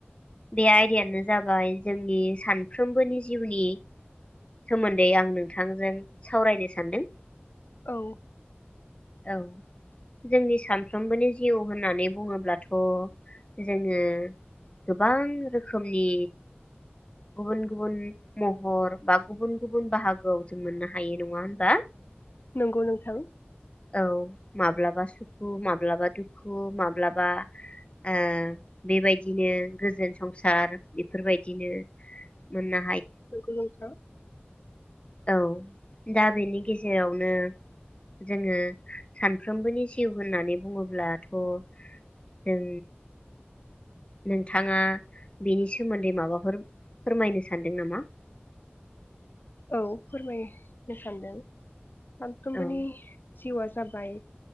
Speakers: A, on the left; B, on the left.
A: बे आयदायानो जाबाय जोंनि सानफ्रोमबोनि जिउनि सोमोन्दै आं नोंथांजों सावरायनो सानदों।
B: औ।
A: औ जोंनि सानफ्रोमबोनि जिउ होननानै बुङोब्लाथ' जोङो गोबां रोखोमनि गुबुन गुबुन महर बा गुबुन गुबुन बाहागोआव जों मोननो हायो नङा होनबा?
B: नंगौ नोंथां
A: औ माब्लाबा सुखु माब माब्लाबा दुखु माब्लाबा ओ बेबायदिनो गोजोन संसार इफोरबायदिनो मोनना
B: नंगौ नोंथां।
A: औ। दा बेनि गेजेरावनो जोङो सानफ्रोमबोनि जिउ होननानै बुङोब्लाथ' जों नोंथाङा बेनि सोमोन्दै माबाफोर फोरमायनो सानदों नामा?
B: औ फोरमायनो सानदों। सानफ्रोमबोनि
A: औ
B: जिउआ जाबाय